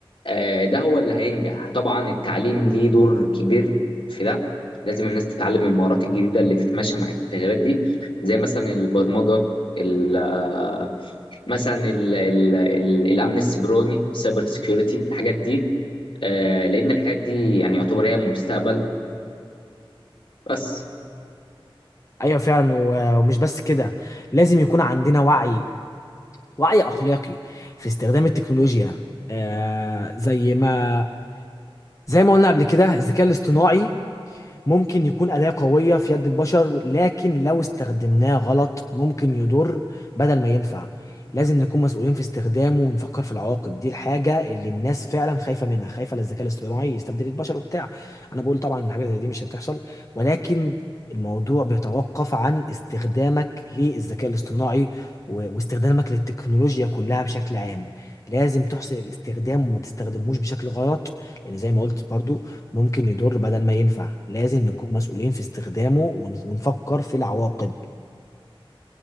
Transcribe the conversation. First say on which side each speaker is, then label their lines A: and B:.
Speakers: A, on the left; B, on the left.
A: آه، ده هو اللي هينجح طبعا التعليم ليه دور كبير في ده لازم الناس تتعلم المهارات الجديدة اللي تتماشى مع التغيرات دي زي مثلا البرمجة ال- آه، مثلا ال ال ال الأمن السيبراني سايبر سيكيورتي الحاجات دي آه، لأن الحاجات دي يعني يعتبر هي المستقبل بس
B: ايوه فعلا و- ومش بس كده لازم يكون عندنا وعي وعي اخلاقي في استخدام التكنولوجيا آه زي ما زي ما قلنا قبل كده الذكاء الاصطناعي ممكن يكون أداة قوية في يد البشر لكن لو استخدمناه غلط ممكن يضر بدل ما ينفع لازم نكون مسؤولين في استخدامه ونفكر في العواقب دي الحاجة اللي الناس فعلا خايفة منها خايفة للذكاء الاصطناعي يستبدل البشر وبتاع أنا بقول طبعا إن حاجة زي دي مش هتحصل ولكن الموضوع بيتوقف عن استخدامك للذكاء الاصطناعي و- واستخدامك للتكنولوجيا كلها بشكل عام لازم تحسن الاستخدام وما تستخدموش بشكل غلط لان زي ما قلت برضو ممكن يضر بدل ما ينفع لازم نكون مسؤولين في استخدامه ون- ونفكر في العواقب